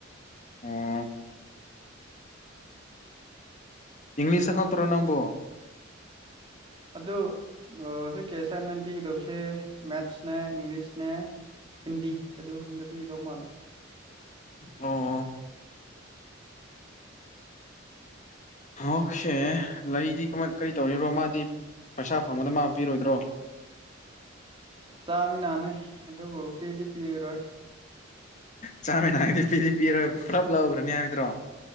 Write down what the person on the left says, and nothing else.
ꯑꯣꯑꯥ ꯏꯪꯂꯤꯁꯇ ꯈꯛꯇ꯭ꯔ ꯅꯪꯕꯣ
ꯑꯣ UNINTELLIGIBLE ꯂꯩꯑꯗꯤ ꯀꯃꯥꯢ ꯀꯔꯤ ꯇꯧꯔꯤꯔꯣ ꯃꯥꯗꯤ ꯄꯩꯁꯥ ꯐꯪꯕꯗ ꯃꯥ ꯄꯤꯔꯣꯏꯗ꯭ꯔꯣ
ꯆꯥꯃꯤꯟꯅꯒꯗꯤ ꯄꯤꯗꯤ ꯄꯤꯔꯣꯏ ꯄꯨꯂꯞ ꯂꯧꯒ꯭ꯔꯅꯤ ꯍꯥꯏꯕꯗꯨꯔꯣ